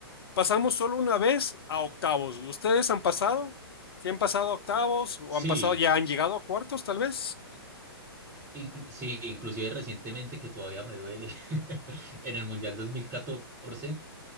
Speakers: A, on the left (about 65°); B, on the right (about 20°).
A: pasamos solo una vez a octavos. ¿Ustedes han pasado? ¿Sí han pasado a octavos o
B: Sí,
A: han pasado, ya han llegado a cuartos, tal vez?
B: inclu- sí, inclusive recientemente que todavía me duele, <laughs> en el Mundial dos mil catorce